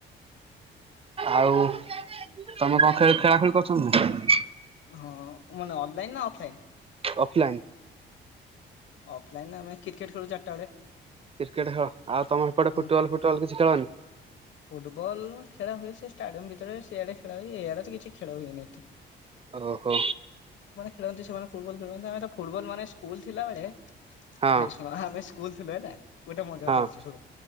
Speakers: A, on the right; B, on the left.
A: ଆଉ ତମେ କଣ
B: ହଁ
A: ଖେ ଖେଳା ଖେଳି କରୁଛନ୍ତି ନା।
B: ହଁ ମାନେ ଅନଲାଇନ ନା ଅଫଲାଇନି?
A: ଅଫଲାଇନ୍।
B: ଅଫ ଲାଇନି ଆମେ କ୍ରିକେଟ ଖେଳୁ ଚାରିଟା ବେଳେ।
A: କ୍ରିକେଟ ଖେଳ ଆଉ ତମ ସେପଟେ
B: ହୁଁ
A: ଫୁଟବଲ ଫୁଟବଲ କିଛି ଖେଳନି।
B: ଫୁଟବଲ ଖେଳା ହୁଏ ସେ ଷ୍ଟାଡିୟମ ଭିତରେ ସିଆଡେ ଖେଳା ହୁଏ ଇଆଡେ ତ କିଛି ଖେଳ ହୁଏନି ଏଟେ।
A: ଓହୋ।
B: ଖେଳନ୍ତି ସେମାନେ ଫୁଟବଲ ଖେଳନ୍ତି ଆମେ ତ ଫୁଟବଲ ମାନେ ସ୍କୁଲ ଥିଲାବେଳେ
A: ହଁ
B: ଭାଇ ଶୁଣ ଆମେ ସ୍କୁଲ ଥିଲ ନା ଗୋଟେ ମଜାକଥା
A: ହଁ
B: କହୁଚି ଶୁଣ।